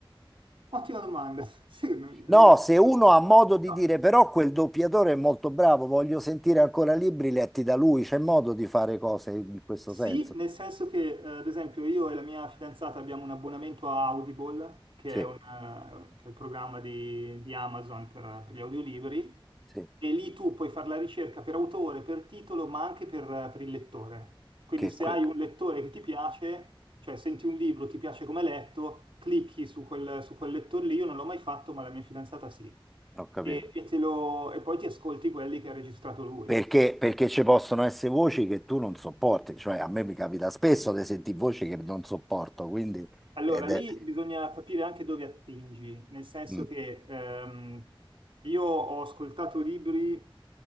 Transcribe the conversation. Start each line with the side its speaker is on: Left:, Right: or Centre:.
Right: ottima domanda. <laughs> Sì, non, non
Centre: No,
Right: me la...
Centre: se uno ha modo di
Right: No.
Centre: dire però quel doppiatore è molto bravo, voglio sentire ancora libri letti da lui, c'è modo di fare cose in questo
Right: Sì,
Centre: senso.
Right: nel senso che, eh, ad esempio, io e la mia fidanzata abbiamo un abbonamento a Audible, che
Centre: Sì,
Right: è, un, eh, che è il programma di, di Amazon per, per gli audiolibri,
Centre: sì,
Right: e lì tu puoi fare la ricerca per autore, per titolo, ma anche per, per il lettore. Quindi
Centre: che
Right: se
Centre: que-
Right: hai un lettore che ti piace, cioè senti un libro, ti piace come è letto, clicchi su quel, su quel lettore lì, io non l'ho mai fatto, ma la mia fidanzata sì,
Centre: ho capito.
Right: e, e te lo- e poi ti ascolti quelli che ha registrato lui.
Centre: Perché, perché ci possono essere voci che tu non sopporti, cioè a me mi capita spesso di sentire voci che non sopporto, quindi
Right: Allora,
Centre: ed
Right: lì
Centre: è-
Right: bisogna capire anche dove attingi, nel senso
Centre: mm,
Right: che ehm, io ho ascoltato libri